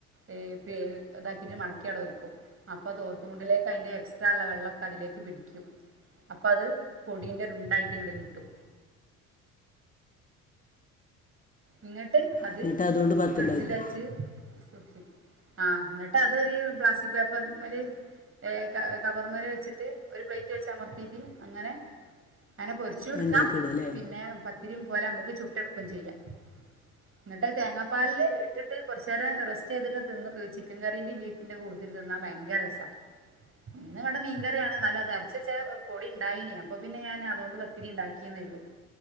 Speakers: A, on the right; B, on the left.
A: ഇ പി ഇതാക്കിയിട്ട് മടക്കിയവിടെ വെക്കും അപ്പൊ തോർത്തുമുണ്ടിലേക്ക് അതിന്റെ എക്സ് റ്റ്റാ ഇള്ള വെള്ളൊക്കെ അതിലേക്ക് പിടിക്കും അപ്പ അത് പൊടീന്റെ ഒരുണ്ടായിട്ട് ഇങ്ങോട്ട് കിട്ടും എന്നിട്ട് അത്
B: എന്നിട്ട് അതുകൊണ്ട് പത്തുണ്ടാക്കുക
A: ഫ്രിഡ്ജിൽ വച്ച് സൂക്ഷിക്കും ആഹ് എന്നിട്ട് അതൊരു പ്ലാസ്റ്റിക് പേപ്പർ മേല് ഏഹ് കവർ മേല് വെച്ചിട്ട് ഒരു പ്ലേറ്റ് വെച്ച് അമർത്തീട്ട് അങ്ങനെ അങ്ങനെ പൊര് ച്ചുടക്കാം
B: എണ്ണയൊക്കെ ഇടല്ലേ
A: പിന്നെ പത്തിരിയും പോലെ നമുക്ക് ചുട്ടെടുക്കും ചെയ്യാം എന്നിട്ട് തേങ്ങാപ്പാലില് ഇട്ടിട്ട് കുറച്ച നേരം റെസ്റ്റ് ചെയ്തിട്ട് തിന്നോ ചിക്കൻ കറിന്റെ ബീഫ് ന്റെ കൂടത്തില് തിന്നാ ഭയങ്കര രസാ ഇന്നിവിടെ മീൻകറിയാണ് ന്നാലും അത് അരച്ച് വെച്ച പൊടി ഇണ്ടായിനീ അപ്പൊ പിന്നെ ഞാൻ അതുകൊണ്ട് പത്തിരി ഇണ്ടാക്കിയെന്നേള്ളൂ